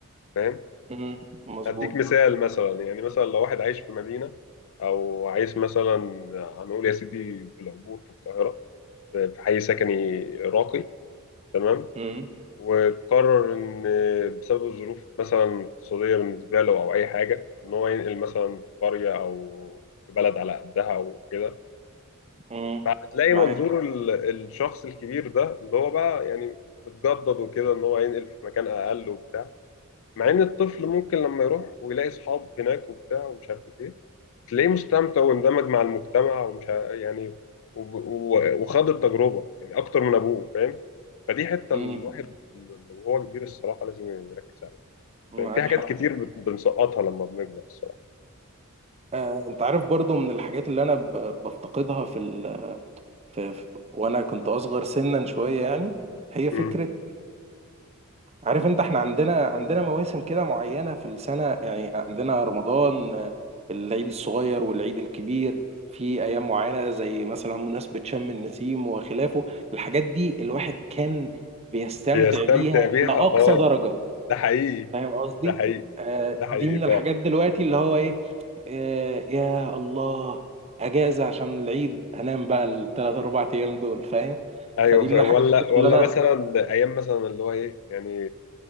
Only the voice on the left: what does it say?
فاهم
هديك مثال مثلا يعني مثلا لو واحد عايش في مدينه او عايش مثلا هنقول يا سيدي في العبور في القاهره في في حي سكني راقي تمام
وقرر ان بسبب الظروف مثلا اقتصاديه بالنسبه له او اي حاجه ان هو ينقل مثلا في قريه او في بلد على قدها او كده
فهتلاقي
منظور ال- الشخص الكبير ده اللي هو بقى يعني متجدد وكده ان هو هينقل في مكان اقل وبتاع مع ان الطفل ممكن لما يروح ويلاقي اصحاب هناك وبتاع ومش عارف ايه تلاقيه مستمتع واندمج مع المجتمع ومش ع- يعني و- و- وخاض التجربة يعني اكتر من ابوه فاهم فدي حتة
الواحد وهو كبير الصراحة لازم يركز عليها
فاهم؟ في حاجات
كتير بت- بنسقطها لما بنكبر الصراحة
مم.
بيستمتع
بيها
اه
ده حقيقي
ده حقيقي
ده حقيقي
فعلا
ايوه
ف...
ولا
ولا
مثلا ايام مثلا اللي هو ايه يعني